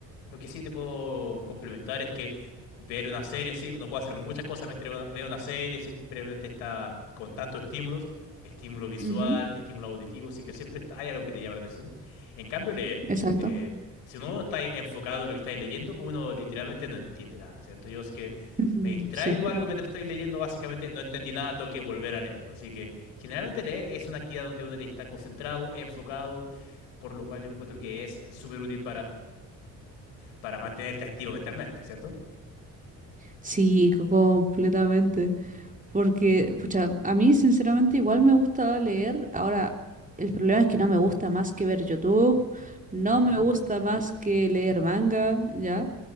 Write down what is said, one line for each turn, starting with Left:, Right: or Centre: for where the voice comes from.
Left: Lo que sí te puedo complementar es que ver una serie, sí, uno puede hacer muchas cosas mientras una- ve una serie, simplemente está con tantos estímulos, estímulo visual,
Right: Ujú, ujú,
Left: estímulo auditivo, así que siempre está- hay algo que te llama la atención. En cambio, leer,
Right: Exacto.
Left: eh, si uno no está ahí enfocado en lo que está ahí leyendo, uno literalmente no entiende nada, ¿cierto? Yo es que
Right: Ujú,
Left: me distraigo
Right: Sí.
Left: algo mientras estoy leyendo, básicamente no entendí nada, tengo que volver a leerlo. Así que generalmente leer es una actividad donde uno está concentrado, enfocado, por lo cual yo encuentro que es súper útil para mantenerte activo mentalmente, ¿cierto?
Right: Sí, co- completamente. Porque, pucha, a mí sinceramente igual me gusta leer. Ahora, el problema es que no me gusta más que ver YouTube, no
Left: Ujú,
Right: me gusta más que leer manga, ¿ya?